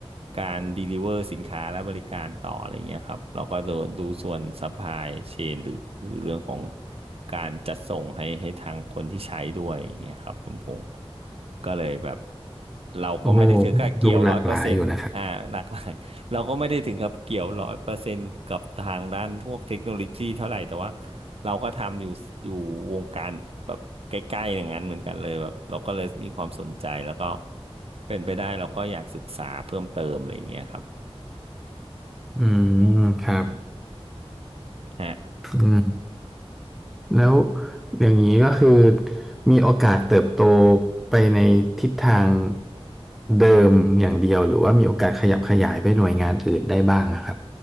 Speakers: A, on the right; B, in the centre.
A: การด e ลิเวอร์สินค้าและบริการต่ออะไรเงี้ยครับเราก็ดูดูส่วนซัพพลายเชนหรือหรือเรื่องของการจัดส่งให้ให้ทางคนที่ใช้ด้วยอย่างเงี้ยครับคุณพงษ์ก็เลยแบบ เราก็ไม่ได้ถือกับเกี่ยวร้อยเปอร์เซ็นต์อ่าหลากหลาย
B: โอ้โหดูหลากหลายอยู่นะครับ
A: <laughs> เราก็ไม่ได้ถึงกับเกี่ยวร้อยเปอร์เซ็นต์กับทางด้านพวกเทคโนโลยีเท่าไหร่แต่ว่าเราก็ทำอยู่อยู่วงการแบบใกล้ๆอย่างนั้นเหมือนกันเลยแบบเราก็เลยมีความสนใจแล้วก็เป็นไปได้เราก็อยากศึกษาเพิ่มเติมอะไรอย่างเงี้ยครับ
B: อืมครับ
A: อืมฮะ
B: อืม แล้วอย่างนี้ก็คือมีโอกาสเติบโตไปในทิศทางเดิมอย่างเดียวหรือว่ามีโอกาสขยับขยายไปหน่วยงานอื่นได้บ้างอะครับ